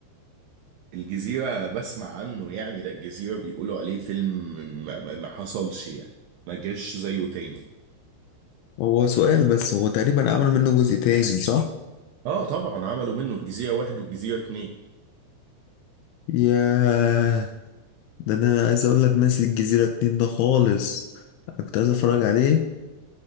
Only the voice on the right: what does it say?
الجزيرة بسمع عنه يعني ده الجزيرة بيقولوا عليه فيلم ما, ما ما حصلش يعني ما جاش زيه تاني
اه طبعا عملوا منه الجزيرة واحد والجزيرة اتنين